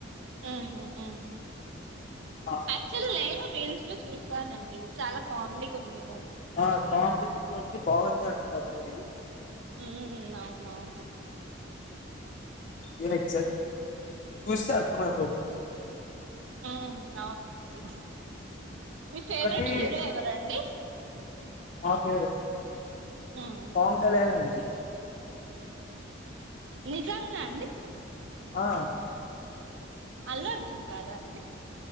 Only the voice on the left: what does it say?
ఆ
ఆ బా బాగుంది బాగుంది అంటున్నారు మూవీ
మీరు ఎగ్జాట్ చూస్తే అర్థం అయిపోతది
ఒకటి
మా ఫేవరెట్
పవన్ కళ్యాణే అండి
ఆ